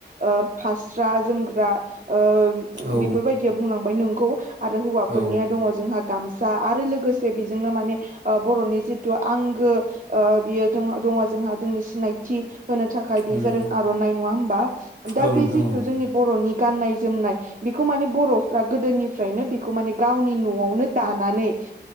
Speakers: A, on the right (about 45°); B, on the right (about 75°).
A: ओ फास्रा जोमग्रा ओ
B: औ
A: बेफोरबायदिया बुंलांबाय नोंगौ आरो हौवाफोरनिया
B: औ
A: दङ जोंहा गामसा आरो लोगोसे बेजोंनो माने ओ बर'नि जिथु आंगो बियो जों दङ जोंहा जोंनि सिनायथि होनो थाखाय बे
B: उम
A: जादों आर'नाइ नङा होमबा दा
B: औ नोंथां
A: बे जिथु
B: औ
A: जोंनि बर'नि गाननाय जोमनाय बेखौ माने बर'फ्रा गोदोनिफ्रायनो बेखौ माने गावनि न'वावनो दानानै